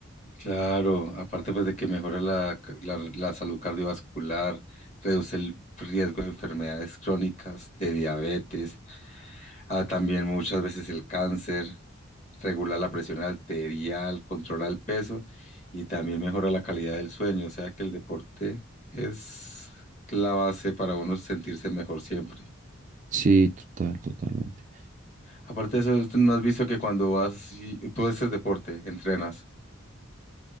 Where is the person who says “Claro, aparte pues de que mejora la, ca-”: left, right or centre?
Left